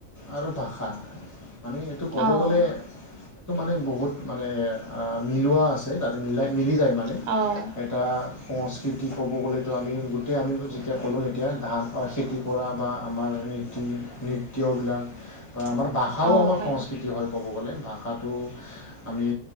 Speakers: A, on the left (about 15°); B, on the right (about 85°).
A: আৰু ভাষা- মানে এইটো ক'ব
B: অ',
A: গ'লে এইটো মানে বহুত মানে মিলোৱা আছে- তা'তে মিলাই-মিলি যায় মানে।
B: অ',
A: এটা সংস্কৃতি ক'ব গ'লেতো আমি গোটেই আমি যেতিয়া ক'লোঁ- এতিয়া ধান খেতি কৰা বা আমাৰ নীতি, নৃত্যবিলাক- বা আমাৰ ভাষাও
B: অ',
A: আমাৰ
B: হয়,
A: সংস্কৃতি হয় ক'ব গ'লে। ভাষাটো- আমি